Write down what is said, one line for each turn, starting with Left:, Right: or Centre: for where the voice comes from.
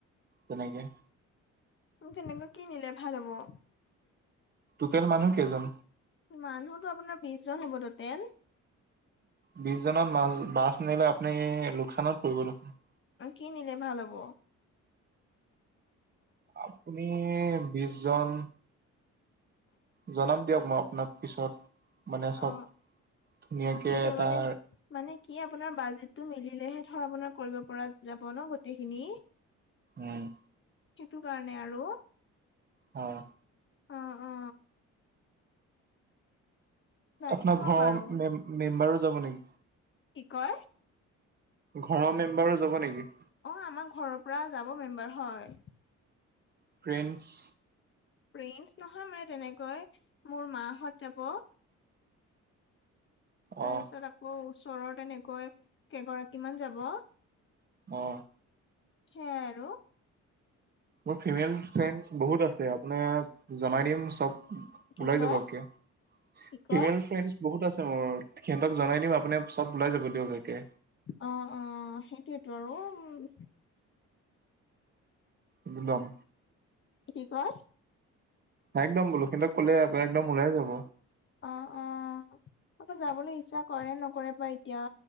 Right: তেনেকে!
Left: তেনেকৈ কি নিলে ভাল হ'ব?
Right: টোটেল মানুহ কেইজন?
Left: মানুহতো আপোনাৰ বিশজন হ'ব টোটেল।
Right: বিশ জনত বাছ, বাছ নিলে আপুনি লোকচানত পৰিব দেখোন!
Left: অ', কি নিলে ভাল হ'ব!
Right: আপুনি বিশ জন জনাম দিয়ক মই আপোনাক পিছত মানে চব
Left: অ
Right: ধুনীয়াকে
Left: সেইটোৱে
Right: এটাৰ
Left: মানে মানে কি আপোনাৰ বাজেটটো মিলিলেহে ধৰক আপোনাৰ কৰিব পৰা যাব ন গোটেইখিনি <inaudible>
Right: উম,
Left: সেইটো কাৰণে আৰু!
Right: হয়,
Left: অ অ বাকী
Right: আপোনাৰ
Left: কওক
Right: ঘৰৰ
Left: আৰু
Right: মেম মেম্বাৰো যাব নেকি!
Left: কি কয়?
Right: ঘৰৰ মেম্বাৰো যাব নেকি!
Left: অ, আমাৰ ঘৰৰ পৰা যাব মেম্বাৰ হয়।
Right: ফ্ৰেণ্ডছ!
Left: ফ্ৰেণ্ডছ নহয় মানে তেনেকৈ মোৰ মা হঁত যাব। তাৰ
Right: অঁ
Left: পিছত আকৌ ওচৰৰ তেনেকৈ কেইগৰাকী মান যাব।
Right: অ,
Left: হেয়াই আৰু।
Right: মোৰ ফিমেল ফ্ৰেণ্ডছ বহুত আছে আপোনাৰ জনাই দিম চব
Left: কি
Right: ওলাই
Left: কয়
Right: যাব একে ফিমেল
Left: কি কয়
Right: ফ্ৰেণ্ডছ বহুত আছে মোৰ সিহঁতক জনাই দিম আপুনি চব ওলাই যাব দিয়ক একে।
Left: অ', অ' সেইটোৱেটো আৰু উম।
Right: উমদম।
Left: কি কয়?
Right: একদম বোলো সিহঁতক কলে একদম ওলাই যাব।
Left: অ', অ' আকৌ যাবলৈ ইচ্ছা কৰে নকৰে বা এ এতিয়া